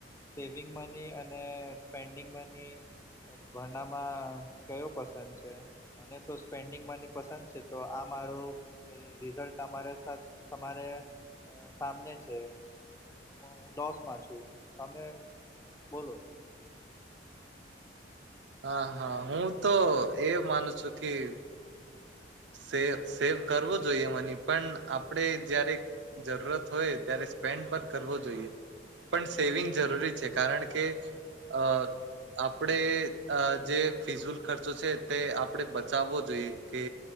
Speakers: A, on the left; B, on the right.
A: સેવિંગ મની અને સ્પેન્ડિંગ મની ભરણામાં કયો પસંદ છે. મને તો સ્પેન્ડિંગ મની પસંદ છે તો આ મારું રિઝલ્ટ તમારે સાથ તમારે અ સામને છે. હું હું લોસમાં છું તમે બોલો.
B: હા હા હું તો એ માનું છું કી સે સેવ કરવો જોઈએ મની પણ આપણેે જ્યારે જરૂરત હોય ત્યારે સ્પેન્ડ પણ કરવો જોઈએ. પણ સેવિંગ જરૂરી છે કારણ કે અ આપણે અ જે ફિઝુલ ખર્ચો છે તે આપણે બચાવવો જોઈએ કે